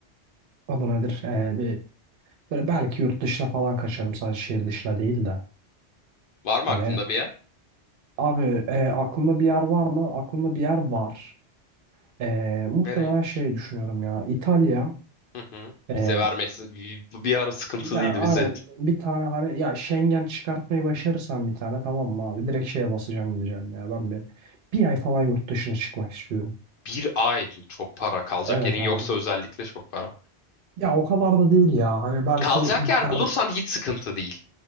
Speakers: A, on the right; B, on the left.
A: Adı nedir? Ee, bir, böyle belki yurt dışına falan kaçarım sadece şehir dışına değil de.
B: Var mı
A: Hani
B: aklında bir yer?
A: abi e, aklımda bir yer var mı? Aklımda bir yer var. Ee, muhtemelen
B: Nereymiş?
A: şey düşünüyorum ya. İtalya.
B: Hı hı.
A: Ee,
B: Vize vermesi bir, bir ara sıkıntılıydı
A: ya aynen
B: vize.
A: bir tane hani ya Schengen çıkartmayı başarırsam bir tane tamam mı abi? Direkt şeye basacağım gideceğim ya. Ben bir bir ay falan yurt dışına çıkmak istiyorum.
B: Bir ay çok para kalacak
A: Evet
B: yerin
A: abi.
B: yoksa özellikle çok para.
A: Ya o kadar da değil ya. Hani belki
B: Kalacak
A: inter
B: yer bulursan hiç sıkıntı değil.